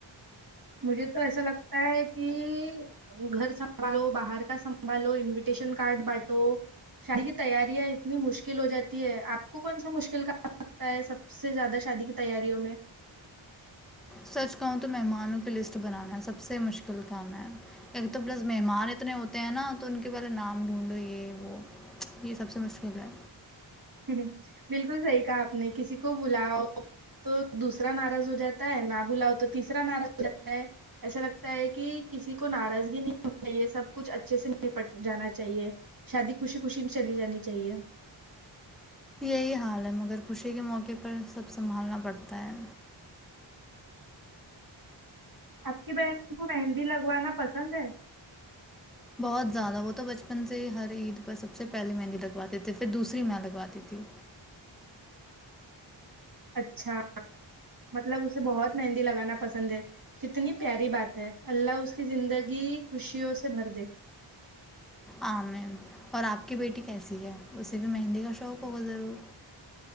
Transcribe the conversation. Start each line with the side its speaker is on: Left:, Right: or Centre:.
Right: مجھے تو ایسا لگتا ہے کہ گھر سنبھالو باہر کا سنبھالو انویٹیشن کارڈ بانٹو شادی کی تیاریاں اتنی مشکل ہو جاتی ہے آپ کو کون سا مشکل کا سکتا ہے سب سے زیادہ شادی کی تیاریوں میں
Centre: سچ کہوں تو مہمانوں کی لسٹ بنانا سب سے مشکل کام ہے ایک تو پلس مہمان اتنے ہوتے ہیں نا تو ان کے پہلے نام ڈھونڈو یہ وہ یہ سب سے مشکل ہے
Right: ہ بالکل صحیح کہا آپ نے کسی کو بلاؤ تو دوسرا ناراض ہو جاتا ہے نہ بلاؤ تو تیسرا ناراض ہو جاتا ہے ایسا لگتا ہے کہ کسی کو ناراضگی نہیں ہو چاہیے سب کچھ اچھے سے نپٹ جانا چاہیے شادی خوشی خوشی چلی جانی چاہیے
Centre: یہی حال ہے مگر خوشی کے موقع پر سب سنبھالنا پڑتا ہے
Right: آپ کی بہن کو مہندی لگوانا پسند ہے
Centre: بہت زیادہ وہ تو بچپن سے ہی ہر عید پر سب سے پہلیے مہندی لگواتے تھے پھر دوسری م لگواتی تھی
Right: اچھا مطلب اسے بہت مہندی لگانا پسند ہے کتنی پیاری بات ہے اللہ اس کی زندگی خوشیوں سے بھر دے
Centre: عمین اور آپ کی بیٹی کیسی ہے اسے بھی مہندی کا شوق ہوگا ضرور